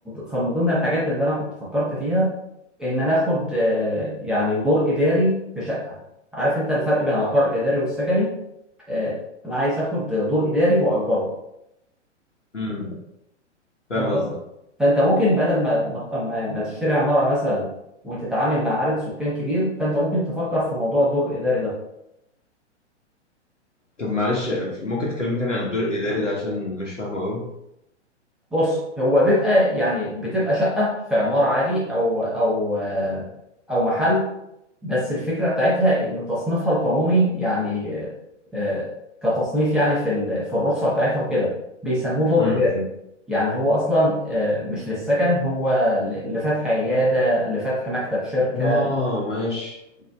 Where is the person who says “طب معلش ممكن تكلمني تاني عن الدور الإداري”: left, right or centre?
Left